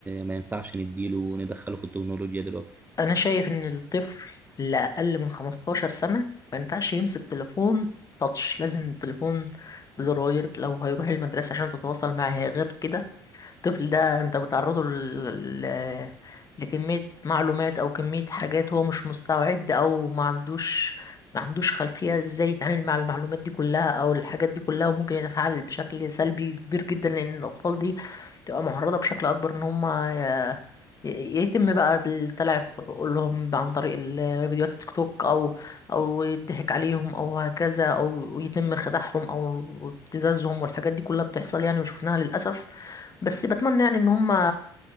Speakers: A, on the right; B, on the left.
A: ما ينفعش نديله ندخله في التكنولوجيا دلوقتي
B: أنا شايف إن الطفل اللي أقل من 15 سنة ما ينفعش يمسك تليفون تاتش لازم التليفون بزراير لو هيروح المدرسة عشان تتواصل معاه غير كده الطفل ده انت بتعرضه ل... ل... لكمية معلومات او كمية حاجات هو مش مستعد او ما عندوش ما عندوش خلفية ازاي يتعامل مع المعلومات دي كلها او الحاجات دي كلها وممكن يتفاعل بشكل سلبي كبير جدا لان الاطفال دي تبقى معرضة بشكل اكبر ان هم ي... ي- يتم بقى التلعب في عقولهم عن طريق ال- فيديوهات التيك توك او او يضحك عليهم او هكذا او يتم خداعهم او ابتزازهم والحاجات دي كلها بتحصل يعني وشفناها للاسف بس بتمنى يعني ان هم